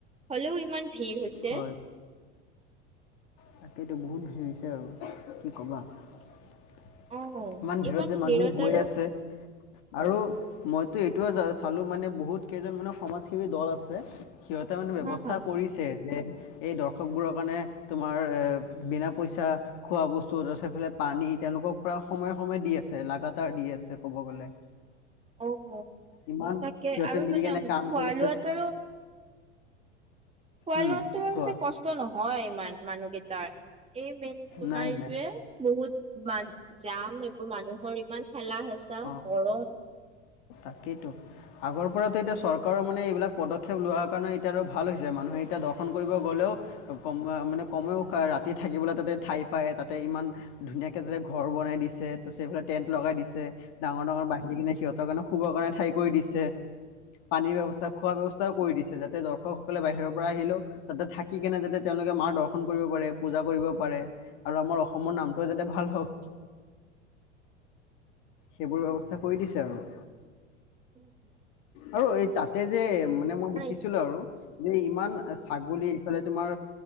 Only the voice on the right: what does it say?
হ'লেও ইমান ভিৰ হৈছে।
অ
ইমান
আৰু
হা হা
অ',
তাকে
আৰু
মানে,
খোৱা-লোৱাটোৰো
খোৱা-লোৱাটোৰো
চাগে কষ্ট নহয় ইমান মানুহকেইটাৰ এই মেইন, তোমাৰ
এইটোৱেই,
বহুত, ইমান জাম, এইবোৰ মানুহৰ ইমান ঠেলা হেঁচা,
গৰম
উম, উম।
কাৰণ
এইটো